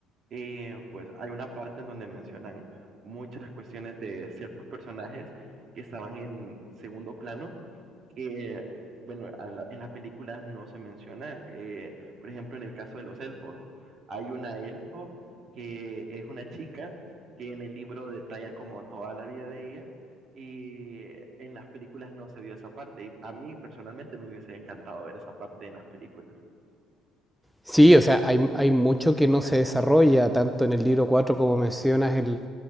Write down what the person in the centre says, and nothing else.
Sí, o sea, hay, hay mucho que no se desarrolla tanto en el libro 4 como mencionas el,